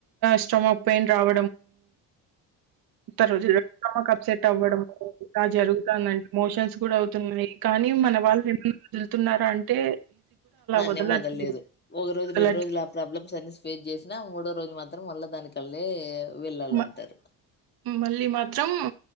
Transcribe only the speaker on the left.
దాన్నేం
వదలేదు ఒక రోజు
రెండు రోజులు ఆ ప్రాబ్లమ్స్ అన్ని ఫేస్ చేసి మూడో రోజు మాత్రం మళ్ళా దాని కళ్ళ వెళ్ళాల
అంటారు